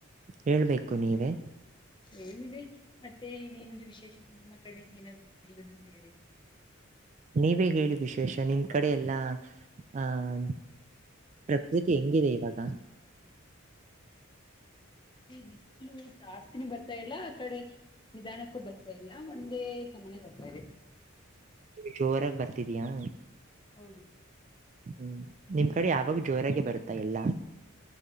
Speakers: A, on the right (about 35°); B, on the left (about 20°).
A: ಹೇಳ್ಬೇಕು ನೀವೇ
B: ಏನಿದೆ ಮತ್ತೆ ನೇನಾದ್ರೂ ವಿಶೇಷತೆ ನಿಮ್ಮ ಕಡೆ ಏನಾದ್ರು ಹೇಳುದು ಹೇಳಿ
A: ನೀವೇ ಹೇಳಿ ವಿಶೇಷ ನಿಮ ಕಡೆ ಎಲ್ಲಾ ಆಹ ಪ್ರಕೃತಿ ಹೆಂಗಿದೆ ಇವಾಗ
B: ಬಿಸಿಲು ಜಾಸ್ತಿನ ಬರ್ತಾ ಇಲ್ಲ ಆ ಕಡೆ ನಿಧಾನ ಬರ್ತಾ ಇಲ್ಲ ಒಂದೇ ಸುಮ್ಮನೆ ಬರ್ತಾ ಇದೆ
A: ಜೋರಾಗಿ ಬರ್ತಿದಯಾ
B: ಹೌದು
A: ಹ್ಮ್ ನಿಮ್ ಕಡೆ ಯಾವಾಗ ಜೋರಾಗ ಬರುತ್ತಾ ಎಲ್ಲಾ